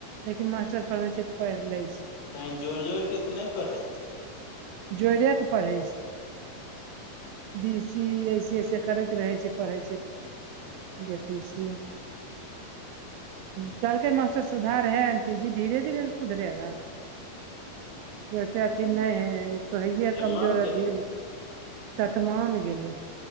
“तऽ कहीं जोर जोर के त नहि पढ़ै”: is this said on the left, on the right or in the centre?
Left